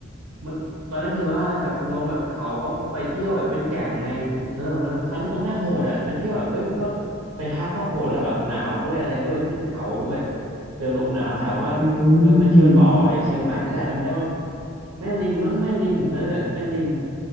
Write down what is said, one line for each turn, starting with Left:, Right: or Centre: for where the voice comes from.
Right: มันตอนนั้นคือว่าจากลงจากเขาปั๊บก็ไปเที่ยวแบบเป็นแก่งไงเป็นเออตอนนั้นจำได้โหดอ่ะเป็นเที่ยวแบบเอ้ยมันก็ไปพักก็โหดแล้วแบบหนาวด้วยอะไรด้วยขึ้นเขาด้วยเจอลมหนาวถามว่า
Left: อื
Right: ไปไปเที่ยวต่อในเชียงใหม่นี่แหละจำได้ว่า
Left: ม
Right: แม่ริมมั้งแม่ริมเออแม่ริม